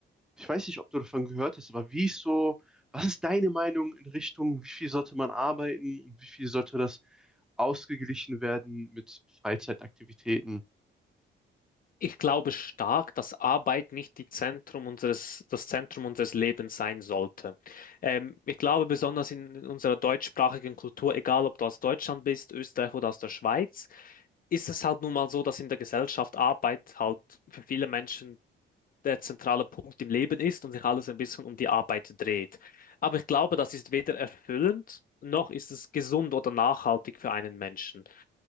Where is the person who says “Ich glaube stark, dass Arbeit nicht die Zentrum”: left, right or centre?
Left